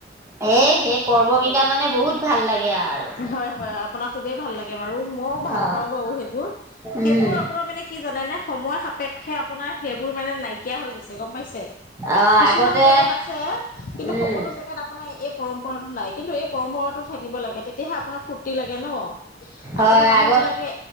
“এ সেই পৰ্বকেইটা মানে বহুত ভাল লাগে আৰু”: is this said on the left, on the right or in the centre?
Right